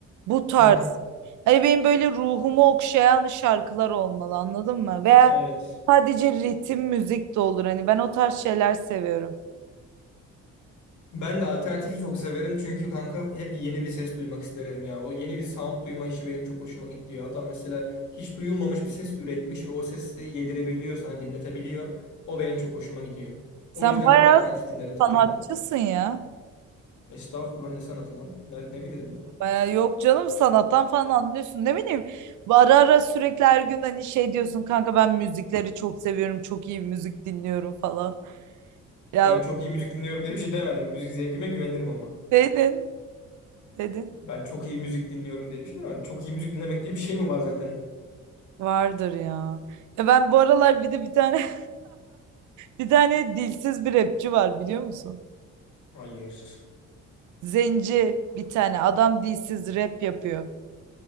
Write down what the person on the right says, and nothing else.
bu tarz.
Hani benim böyle ruhumu okşayan şarkılar olmalı anladın mı? Veya
sadece ritim müzik de olur hani ben o tarz şeyler seviyorum.
Sen
bayağı
sanatçısın
ya.
Bayağı yok canım sanattan falan anlıyorsun ne bileyim. Ara ara sürekli her gün hani şey diyorsun kanka ben müzikleri çok seviyorum çok iyi müzik dinliyorum falan. Ya
dedin, dedin.
Vardır ya. Ya ben bu aralar bir de bir tane <laughs> bir tane dilsiz bir rapçi var biliyor musun?
Zenci bir tane adam dilsiz rap yapıyor.